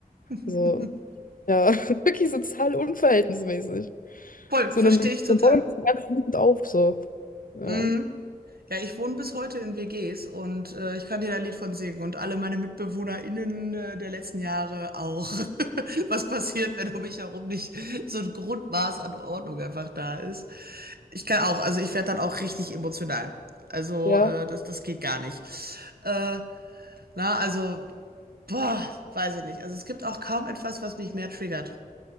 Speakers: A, on the right; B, on the left.
A: <laughs>
B: Also, ja, <laughs> wirklich so total unverhältnismäßig.
A: Voll, verstehe
B: So, dann,
A: ich total.
B: dann bauen wir das ganz wütend auf, so. Ja.
A: Mm. Ja, ich wohne bis heute in WGs und äh, ich kann dir da ein Lied von singen und alle meine MitbewohnerInnen äh, der letzten Jahre auch. <laughs> Was passiert, wenn um mich herum nicht so ein Grundmaß an Ordnung einfach da ist? Ich kann auch, also ich werde dann auch richtig emotional. Also
B: Ja.
A: äh, das, das geht gar nicht. Äh, na, also, boah, weiß ich nicht. Also es gibt auch kaum etwas, was mich mehr triggert